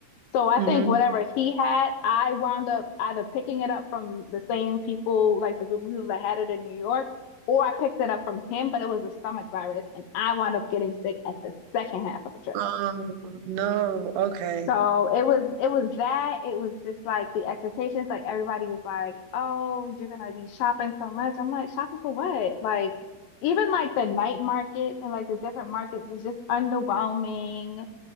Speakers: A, on the left; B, on the right.
A: So I
B: hmm
A: think whatever he had, I wound up either picking it up from the same people, like the group of people that had it in New York, or I picked it up from him, but it was a stomach virus. And I wound up getting sick at the second half of the trip.
B: Oh no. Okay.
A: So it was it was that. It was just like the expectations. Like everybody was like, "Oh, you're gonna be shopping so much." I'm like, "Shopping for what?" Like even like the night markets and like the different markets was just underwhelming.